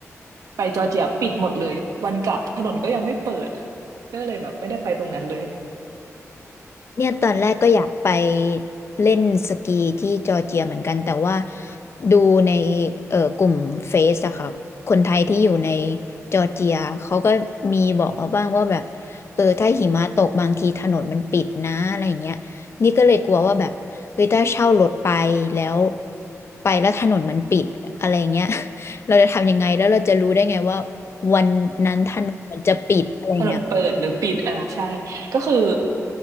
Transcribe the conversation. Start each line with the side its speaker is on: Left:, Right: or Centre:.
Right: ไปจอร์เจียปิดหมดเลยวันกลับถนนก็ยังไม่เปิดก็เลยแบบไม่ได้ไปตรงนั้นเลย
Left: เนี่ยตอนแรกก็อยากไปเล่นสกีที่จอร์เจียเหมือนกันแต่ว่าดูในเอ่อกลุ่มเฟซอะค่ะคนไทยที่อยู่ในจอร์เจียเขาก็มีบอกเอาบ้างว่าแบบเออถ้าหิมะตกบางทีถนนมันปิดนะอะไรอย่างเงี้ยนี่ก็เลยกลัวว่าแบบเฮ้ยถ้าเช่ารถไปแล้วไปแล้วถนนมันปิดอะไรเงี้ย <laughs> เราจะทำยังไงแล้วเราจะรู้ได้ไงว่าวันนั้นถนนมันจะปิดอะไรเงี้ย
Right: ถนนเปิดหรือปิดอ่าใช่ก็คือ